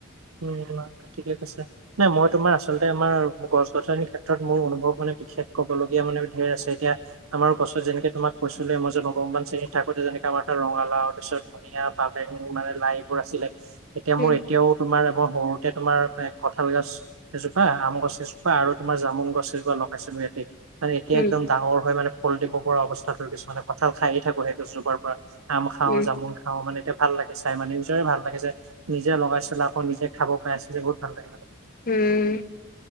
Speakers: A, on the right; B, on the left.
A: উম ঠিকে কৈছা। নাই মই তোমাৰ আচলতে আমাৰ গছ গছনিৰ ক্ষেত্ৰত মোৰ অনুভৱ মানে বিশেষ ক'বলগীয়া মানে ধেৰ আছে এতিয়া আমাৰ গছত যেনেকে তোমাক কৈছিলোঁৱেই মই যে নৱম শ্ৰেণীত থাকোতে যেনেকে আমাৰ তাত ৰঙালাও তাৰপিছত ধনিয়া, পালেং মানে লাই এইবোৰ আছিলে এতিয়া
B: উম
A: মোৰ এতিয়াও তোমাৰ এবাৰ সৰুতে তোমাৰ কঁঠাল গছ এজোপা, আম গছ এজোপা, আৰু তোমাৰ জামুন গছ এজোপা লগাইছিলো এয়াতে। মানে এতিয়া
B: উম
A: একদম ডাঙৰ হৈ মানে ফল দিব পৰা অৱস্থাত হ'ল। কিছুমানে কঁঠাল খায় থাকো সেই গছজোপাৰ পৰা আম খাওঁ
B: উম
A: জামুন খাওঁ মানে এতিয়া ভাল লাগে চাই মানে নিজৰে ভাল লাগে যে নিজে লগাইছিলো আকৌ নিজে খাব পাই আছোঁ যে বহুত ভাল লাগে মানে।
B: উমম।